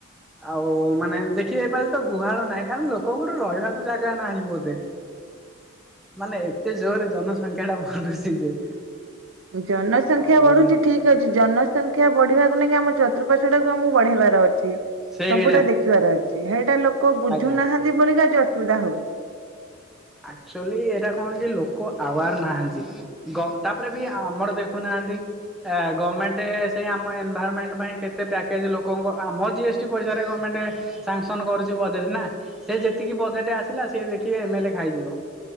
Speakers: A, in the centre; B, on the right.
A: ଆଉ। ଓ ମାନେ ଦେଖିବେ ତ ଏବେ ଗୁହାଳ ନାହିଁ କାରଣ ଲୋକଙ୍କର ରହିବାକୁ ଜାଗା ନାହିଁ ବୋଧେ। ମାନେ ଏତେ ଜୋରରେ ଜନ ସଂଖ୍ୟା ଟା ବଢୁଛି ସି ଯେ।
B: ଜନସଂଖ୍ୟା
A: ଆଉ
B: ବଢୁଛି ଠିକ ଅଛି ଜନସଂଖ୍ୟା। ଶିକ୍ଷା ବଢିବାକୁ ନେଇକି ଆମ ଚତୃପାଶ୍ୱ ଟାକୁ ଆମକୁ ବଢ଼େଇବାର ଅଛି।
A: ସେଇଟା
B: ସବୁଟା ଦେଖିବାର ଅଛି। ସେଇଟା ଲୋକ କୋଉ ବୁଝୁନାହାନ୍ତି
A: ଆଜ୍ଞା
B: ବୋଲିିକା ଯୋ ଅସୁବିଧା ହଉଛି।
A: ଆଚ୍ୟୁଆଲି ଏଇଟା କଣ କି ଲୋକ ଆୱାର ନାହାନ୍ତି ଗ ତାପରେ ବି ଆମର ଦେଖୁନାହାନ୍ତି ଗମେଣ୍ଟ ସେଇ ଆମ ଏନଭାଇରମେଣ୍ଟ ପାଇଁ କେତେ ପ୍ୟାକେଜ ଲୋକଙ୍କ ଆମ ଜିଏସ୍ ଟି ପଇସାରେ ଗମେଣ୍ଟ ସାଙ୍ଗସନ କରୁଛି ବଜେଟ ନା ସେ ଯେତିକି ବଜେଟ୍ ଆସିଲା ସି ଦେଖି ଏମଲେ। ଖାଇଯିବ